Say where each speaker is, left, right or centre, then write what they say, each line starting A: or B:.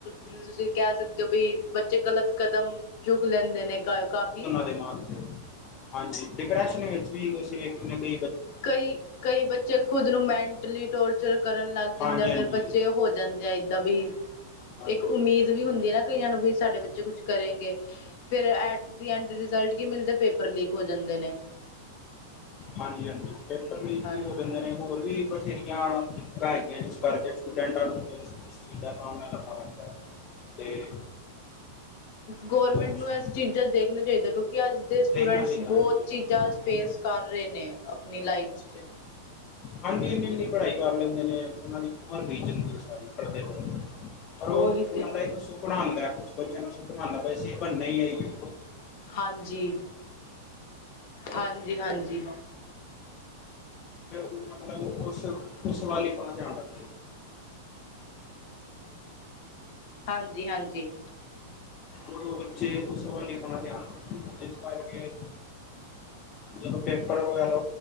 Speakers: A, on the left; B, on the left.
A: ਤੁਸੀਂ ਕਹਿ ਸਕਦੇ ਓ ਬ‌ਈ ਬੱਚੇ ਗ਼ਲਤ ਕਦਮ ਚੁੱਕ ਲੈਂਦੇ ਨੇ ਕਾਫ਼ੀ।
B: ਦਿਮਾਗ ਤੇ ਹਾਂਜੀ ਡਿਪਰੈਸ਼ਨ ਵਿੱਚ ਵੀ ਤੁਸੀਂ ਵੇਖੇ ਨੇ ਕ‌ਈ।
A: ਕਈ ਕਈ ਬੱਚੇ ਖੁੱਦ ਨੂੰ ਮੈਂਟਲੀ ਟੋਰਚਰ ਕਰਨ ਲੱਗ ਜਾਂਦੇ
B: ਹਾਂਜੀ
A: ਆ ਫੇਰ
B: ਹਾਂਜੀ
A: ਬੱਚੇ। ਤੇ ਹੋ ਜਾਂਦੇ ਆ ਏਦਾਂ ਬਈ।
B: ਹਾਂਜੀ
A: ਇੱਕ ਉਮੀਦ ਵੀ ਹੁੰਦੀ ਆ ਨਾ ਕਈਆਂ ਨੂੰ ਵੀ ਸਾਡੇ ਬੱਚੇ ਕੁਛ ਕਰੇਗੇ। ਫੇਰ ਐਟ ਐਂਡ ਰਿਜ਼ਲਟ ਕੀ ਮਿਲਦੈ ਪੇਪਰ ਲੀਕ ਹੋ ਜਾਂਦੇ ਨੇ।
B: ਹਾਂਜੀ ਹਾਂਜੀ ਪੇਪਰ ਲੀਕ
A: ਹਾਂਜੀ
B: ਵੀ ਹੋ ਜਾਂਦੇ ਨੇ ਹੋਰ। ਵੀ ਬਥੇਰੀਆਂ ਹੈਗੀਆਂ ਜਿਸ ਕਰਕੇ ਸਟੂਡੈਂਟਾਂ ਨੂੰ ਇਸ ਚੀਜ਼ ਦਾ ਸਾਹਮਣਾ ਕਰਨਾ ਪੈਂਦਾ ਤੇ।
A: ਗੌਰਮੈਂਟ
B: ਕੁਛ
A: ਨੂੰ ਐਸ। ਚੀਜ਼ਾਂ ਦੇਖਣਾ ਚਾਹੀਦਾ ਕਿਉਂਕਿ ਅੱਜ ਦੇ ਸਟੂਡੈਂਟਸ
B: ਦੇਖਣਾ ਚਾਹੀਦਾ
A: ਬਹੁਤ
B: ਹੈ
A: ਚੀਜ਼ਾਂ ਫੇਸ ਕਰ ਰਹੇ ਨੇ ਆਪਣੀ ਲਾਈਫ। ਚ। <unintelligible>
B: ਹਾਂਜੀ ਇੰਨੀ ਇੰਨੀ ਪੜ੍ਹਾਈ ਕਰ ਲੈਂਦੇ ਨੇ ਉਹਨਾਂ ਦੀ। ਉਮਰ ਬੀਤ ਜਾਂਦੀ ਐ ਸਾਰੀ ਪੜ੍ਹਦੇ-ਪੜ੍ਹਦੇ। ਪਰ
A: ਉਹੀ
B: ਉਹ ਉਹਨਾਂ
A: ਤੇ
B: ਦਾ ਇੱਕ ਸੁਪਨਾ ਹੁੰਦੈ ਕੁਛ ਬੱਚਿਆਂ ਦਾ ਸੁਪਨਾ ਹੁੰਦਾ ਬੀ ਅਸੀ ਬਣਨਾ ਹੀ। <inaudible> ਫੇਰ
A: ਹਾਂਜੀ ਹਾਂਜੀ ਹਾਂਜੀ ਹਾਂਜੀ
B: ਮਤਲਬ ਉਸ ਉਸ ਵੱਲ ਹੀ ਆਪਣਾ ਧਿਆਨ ਰੱਖ।
A: ਹਾਂਜੀ ਹਾਂਜੀ।
B: ਉਦੋ ਬੱਚੇ ਉਸ ਵੱਲ ਹੀ ਆਪਣਾ ਧਿਆਨ ਜਿਸ ਕਰਕੇ। ਜਦੋਂ ਪੇਪਰ ਵਗੈਰਾ।